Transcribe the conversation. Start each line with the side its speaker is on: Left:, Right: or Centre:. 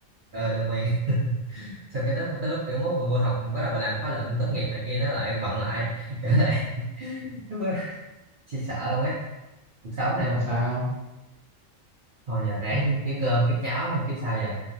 Right: ờ đồng nguyên <laughs> xong cái lúc tới lúc kiểu mốt mình vô học bắt đầu bà làm khóa luận tốt nghiệp này kia nó lại bận lại kiểu này <laughs> lúc đó chị sợ luôn ấy cuộc sống
Left: Thôi
Right: này
Left: không
Right: mà
Left: sao
Right: thôi giờ ráng
Left: ừ,
Right: kiếm cơm kiếm cháo chứ sao giờ